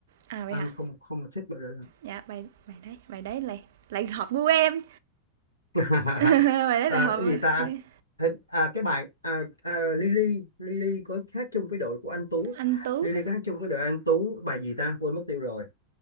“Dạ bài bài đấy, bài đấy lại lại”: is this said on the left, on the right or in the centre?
Right